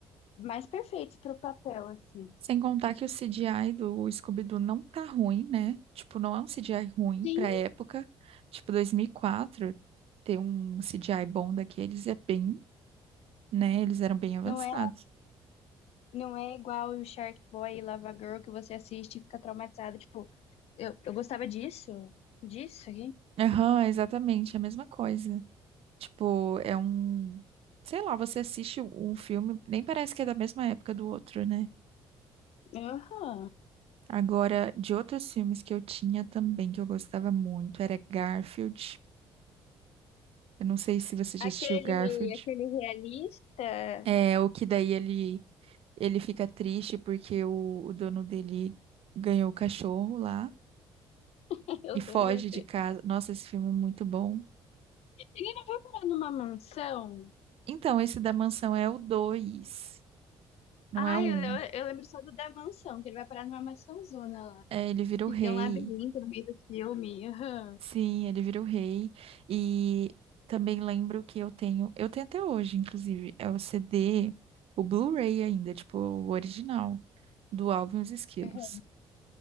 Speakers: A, on the left; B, on the right.
A: mais perfeitos pro papel, assim.
B: Sem contar que o CGI do Scooby-Doo não tá ruim, né? Tipo, não é um CGI ruim
A: Sim,
B: pra época. Tipo, 2004, ter um CGI bom daqueles é bem, né? Eles eram bem avançados.
A: Não é, não é igual o Shark Boy e Lava Girl que você assiste e fica traumatizado Tipo, eu, eu gostava disso, disso aqui.
B: Aham, exatamente, a mesma coisa. Tipo, é um. Sei lá, você assiste um filme, nem parece que é da mesma época do outro, né?
A: Aham.
B: Agora, de outros filmes que eu tinha também, que eu gostava muito, era Garfield. Eu não sei se você já
A: Aquele,
B: assistiu Garfield.
A: aquele realista,
B: É, o que daí ele Ele fica triste porque o, o dono dele ganhou o cachorro lá
A: <laughs> eu
B: e foge
A: lembro
B: de
A: dele.
B: casa. Nossa, esse filme é muito bom.
A: Ele não foi parar numa mansão?
B: Então, esse da mansão é o 2, não
A: Ai,
B: é o Um.
A: eu, le- eu lembro só do da mansão, que ele vai parar numa mansãozona lá.
B: É, ele vira o
A: Que
B: rei.
A: tem um labirinto no meio do filme. Aham.
B: Sim, ele vira o rei. E também lembro que eu tenho, eu tenho até hoje, inclusive, é o CD, o Blu-ray ainda, tipo, o original do Alvin e os Esquilos.
A: Aham.